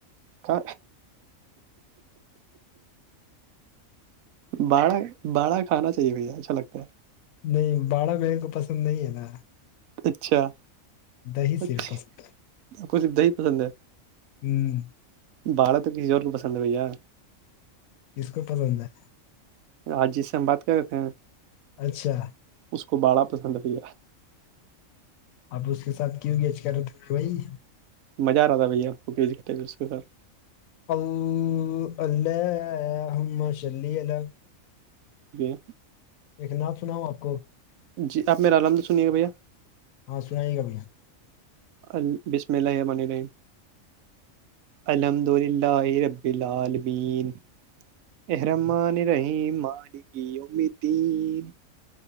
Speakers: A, on the right; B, on the left.
A: کہ باڑا باڑا کھانا چاہیے بھیا اچھا لگتا ہے
B: نہیں باڑا بغ کو پسند نہیں ہے نا
A: اچھا
B: دہی
A: اچھا
B: صرف پسند
A: آپ کو س دہی پسند ہے
B: ہے ہوں،
A: باڑا تو کسی اور کو پسند ہے بھیا
B: اس کو پسند ہے
A: آاج جی سے ہم بات کرتے ہیں
B: اچھا
A: اس کو باڑا پسند بھی
B: آپ اس کے ساتھ کیوں گیچ کر رہے تھ بھائی
A: مزہ آ رہا تھا بھیا آ کو گھٹے اس کے ساتھ
B: ا اللہ ہممشلی اللہ
A: جی
B: ایک ن سناؤ آپ کو
A: جی آپ مالامد سنیے بھیا
B: ہاں سنائیے گا بھیا
A: ال بسم اللہیہ بنی رہی الحمد للہ ربی العالمین ارمان رہحیم ماری گی امیدین